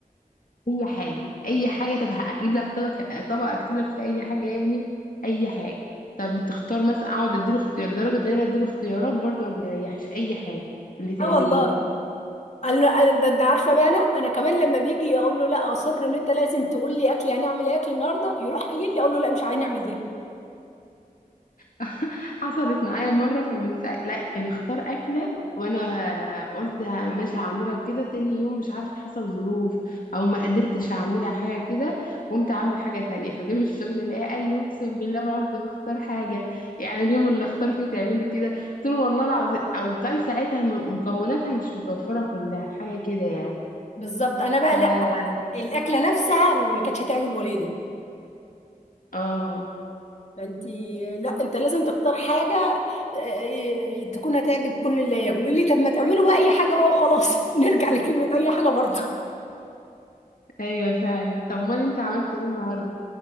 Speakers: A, on the left; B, on the left.
A: اي حاجه اي حاجه طب هجيب لك طبق طبق اكتب لك فيه اي حاجه يا ابني اي حاجه طب تختار مثلا اقعد اديله اختيار لدرجه ان انا اديله اختيارات برضو ما بيريحش اي حاجه اللي تعمليه
B: اه والله قال له أنا- ده انت عارفه بقى انا انا كمان لما بيجي اقول له لا اصر ان انت لازم تقول لي اكل هنعمل ايه اكل النهارده يروح قايل لي اقول له لا مش هنعمل ده
A: <laughs> حصلت معايا مرة فمن ساعة لا كان اختار أكلة وأنا قلت ه- ماشي هعملها وكده تاني يوم مش عارفة حصل ظروف أو ما قدرتش أعملها حاجة كده قمت عاملة حاجة تانية فجه من الشغل لقاه قال لي أقسم بالله ما عدت بختار حاجة يعني اليوم اللي اختار فيه تعملي كده قلت له والله العظيم أو كان ساعتها م- مكوناتها مش متوفرة كلها حاجة كده يعني
B: بالظبط انا بقى
A: ف
B: لا الاكله نفسها ما كانتش هتعجب ولادي
A: اه
B: انت لا انت لازم تختار حاجه آه، تكون هتعجب كل اللي ياكل يقول لي طب ما تعملوا بقى اي حاجه بقى وخلاص <laughs> نرجع لكلمه اي حاجه برضه
A: أيوة فعلا طب أمال أنت عملت إيه النهاردة؟